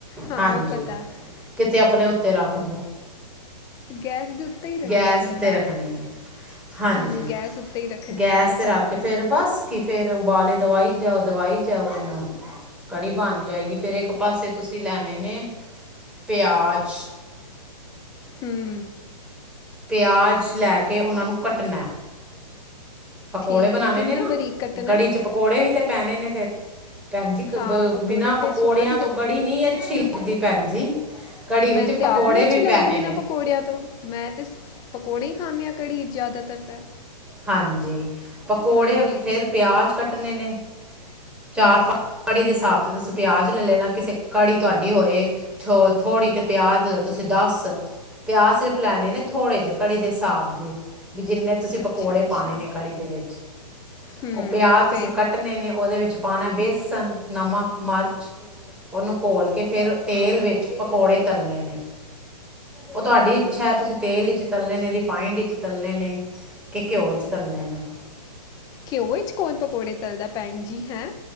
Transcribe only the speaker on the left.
ਹਾਂ
ਉਹ ਪਤਾ
ਗੈਸ ਦੇ ਉੱਤੇ ਹੀ ਰੱਖਦਾ
ਬੰਦਾ
ਹੂੰ ਗੈਸ ਉੱਤੇ ਹੀ ਰੱਖਣੀ
ਹੈ ਪਤਾ
ਹੈ
ਹਮ
ਠੀਕ
ਹੈ ਕਿੰਨਾ
ਬਰੀਕ ਕੱਟਣਾ
ਹੈ?
ਹਾਂ
ਪਕੌੜੇ
ਤੇ
ਸਵਾਦ ਹੀ
ਲੱਗਦੇ
ਨੇ
ਮੈਨੂੰ ਤੇ
ਆਪ ਨੀ ਅੱਛੀ
ਲੱਗਦੀ
ਬਿਨਾਂ
ਪਕੌੜਿਆਂ ਤੋਂ ਮੈਂ ਤੇ ਪਕੌੜੇ ਹੀ ਖਾਂਦੀ ਹਾਂ ਘੜੀ ਜ਼ਿਆਦਾ ਉਤਰਰ ਤਾਂ
ਹਾਂਜੀ
ਅੱਛਾ ਅੱਛਾ
ਹੂੰ,
ਫੇਰ
ਹੂੰ,
ਹੂੰ,
ਘਿਓ ਚ ਕੌਣ ਪਕੌੜੇ ਤਲਦਾ ਭੈਣ ਜੀ ਹੈਂ।